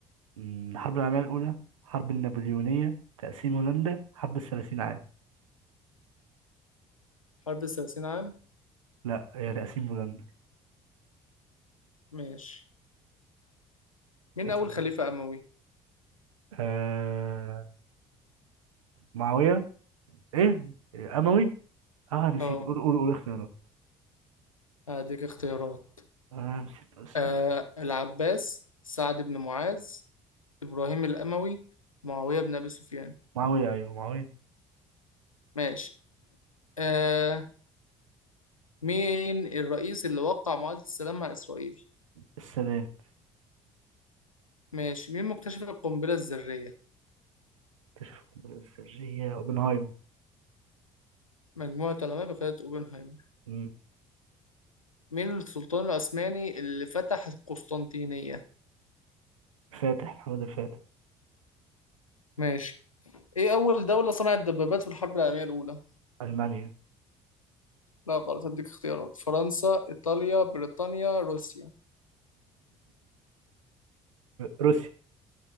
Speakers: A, on the right (about 75°); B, on the left (about 85°).
A: مم، الحرب العالمية الأولى الحرب النابليونية تقسيم هولندا حرب الثلاثين عام
B: حرب 30 عام
A: لا هي تقسيم هولندا
B: ماشي مين
A: اسأل.
B: أول خليفة أموي؟
A: آه... معاوية إيه أموي آه نسيت
B: اه
A: قول قول قول اختيارات
B: هديك اختيارات
A: آه نسيت اسمه
B: آه العباس سعد بن معاذ إبراهيم الأموي معاوية بن أبي سفيان
A: معاوية أيوه معاوية
B: ماشي آه مين الرئيس اللي وقع معاهدة السلام مع إسرائيل
A: السادات
B: ماشي مين مكتشف القنبلة الذرية
A: اكتشف القنبلة الذرية أوبنهايمر
B: مجموعة علماء بقيادة أوبنهايمر
A: مم.
B: مين السلطان العثماني اللي فتح القسطنطينية
A: فاتح محمد الفاتح
B: ماشي إيه أول دولة صنعت دبابات في الحرب العالمية الأولى
A: ألمانيا
B: لا غلط هديك اختيارات فرنسا إيطاليا بريطانيا روسيا
A: روسيا